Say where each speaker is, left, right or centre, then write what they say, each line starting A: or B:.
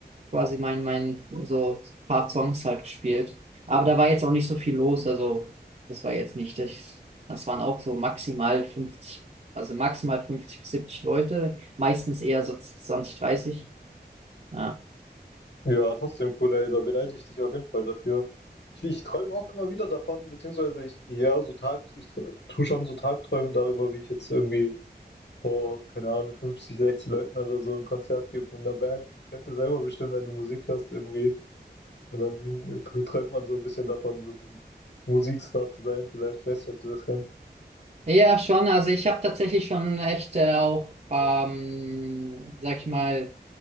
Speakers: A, on the right; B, on the left.
A: quasi mein, mein so paar Songs halt gespielt. Aber da war jetzt auch nicht so viel los. Also das war jetzt nicht, das, das waren auch so maximal 50, also maximal 50 bis 70 Leute, meistens eher so 20, 30. Ja.
B: ja, trotzdem cool, ey, da beneide ich dich auf jeden Fall dafür. Ich, ich träume auch immer wieder davon, beziehungsweise ich, ja, so Tag, ich tr- tu schon so Tagträumen darüber, wie ich jetzt irgendwie vor, keine Ahnung, 50, 60 Leuten oder so ein Konzert gebe mit einer Band. Kennst du selber bestimmt, wenn du Musik hörst, irgendwie. Und dann äh, tr- träumt man so ein bisschen davon, so ein Musikstar zu sein, vielleicht. Ich weiß nicht, ob du das kennst.
A: Ja, schon. Also ich habe tatsächlich schon echt äh, auch, ähm, sag ich mal,